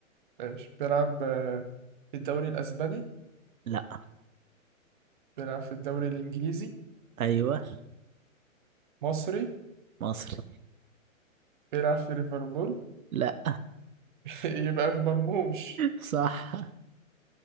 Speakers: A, on the right; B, on the right.
A: ماشي بيلعب آه، في الدوري الأسباني
B: لا
A: بيلعب في الدوري الإنجليزي
B: ايوه
A: مصري
B: مصري
A: بيلعب في ليفربول
B: لا
A: <laughs> يبقى في مرموش
B: صح